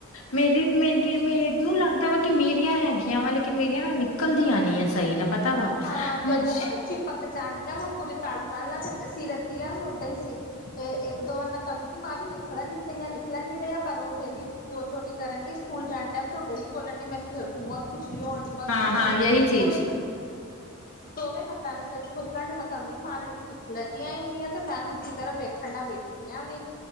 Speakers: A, on the left; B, on the left.
A: ਮੇਰੀ- ਮੇਰੀ ਮੇਨੂੰ ਲੱਗ ਵਾ ਕਿ ਮੇਰੀਆਂ ਹੈਗੀਆਂ ਵਾ ਲੇਕਿਨ ਮੇਰੀਆਂ ਨਾ ਨਿਕਲਦੀਆਂ ਨ ਆ ਸਹੀ ਨਾ ਪਤਾ ਵਾ
B: ਹਾਂ। ਤੇ
A: ਮਜ
B: ਉਹ ਪਤਾ ਚਿਪਕ ਜਾਂਦੀਆਂ ਵਾ ਪੂਰੇ ਤਾੜੂ ਨਾਲ- ਤੇ ਸੀਰਤ ਦੀਆਂ ਵੀ ਉਓਦਾਂ ਹੀ ਸੀ। ਇੱਕ- ਦੋ ਵਾਰ ਮੈਂ ਕੰਘੀ ਮਾਰੀ, ਨਿਕਲਣ ਨੀ ਡਈ ਹ ਨਿਕਲਣ ਨੀ ਡਈ ਪਰ ਉਹ ਡੇਲੀ ਦੋ ਚ ਛੋਟੀ ਕਰਨ ਦੀ ਸਕੂਲ ਜਾਣ ਟਾਈਮ ਤ ਡੇਲੀ ਬੋਲਣ ਡ ਮੇਰੇ ਬਹੁਤ ਖੁਜਲੀ ਹੋਣ ਡ ਬਦ
A: ਹਾਂ
B: ਖੁਜਣੀ
A: ਹਾਂ ਯਹੀ ਚੀਜ਼
B: ਪੂਰੇ ਦੋਵੇਂ ਹੱਥਾਂ ਨਾਲ ਸਿਰ ਖੁਰਕਣ ਦੀ ਮੈਂ ਕੰਘ ਮਾਰਨ ਲਈ ਨਿਕਲਦੀਆਂ ਹੀ ਨਹੀਂ ਆ ਤੇ ਮੈਂ ਹੁਣ ਕੀ ਕਰਾਂ ਵੇਖਣ ਨਾਲ ਵੇਖ। ਐਵੀ,